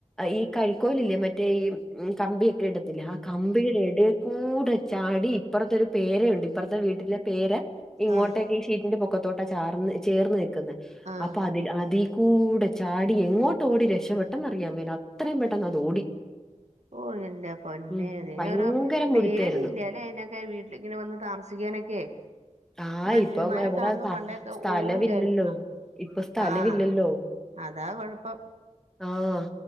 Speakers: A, in the centre; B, on the right.
A: ഈ കഴിക്കോല് ഇല്ലേ മറ്റേ ഈ കമ്പിയൊക്കെ ഇടത്തില്ലേ ആഹ് കമ്പിയുടെ ഇടെ കൂ കൂടെ ചാടി ഇപ്പറത്തെ ഒരു പേരയുണ്ട് ഇപ്പറത്തെ വീട്ടിലെ പേര ഇങ്ങോട്ടേക്ക്
B: ആഹ്
A: ഈ ഷീറ്റിന്റെ പൊക്കത്തോട്ടാ ചാർന്ന് ചേർന്ന് നിക്കുന്നത്
B: ആഹ്
A: അപ്പൊ അതിൽ കൂ കൂടെ ചാടി എങ്ങോട്ട് ഓടി രക്ഷപെട്ടെന്ന് അറിയാൻ മേല അത്രയും പെട്ടെന്ന് അത് ഓടി
B: <unintelligible> ഓഹ് എന്റെ പൊന്നെ
A: ഉം
B: ഇതിനൊരു
A: ഭയങ്കര മുഴുത്തായിരുന്നു
B: പേടിയില്ല അല്ലേ അതിനൊക്കെ വീട്ടിൽ ഇങ്ങനെ വന്ന് താമസിക്കാനൊക്കെ ക്കെ
A: ആഹ്
B: മനുഷ്യന്മാരെ
A: ഇപ്പം എവിടെ
B: കാണുമ്പോ
A: സ്ഥ-
B: പണ്ടേ
A: സ്ഥലമില്ലല്ലോ
B: ഓടൂലായിരുന്നോ
A: ഇപ്പൊ സ്ഥലമില്ലല്ലോ
B: ആഹ് അതാ കൊഴപ്പം
A: ആഹ്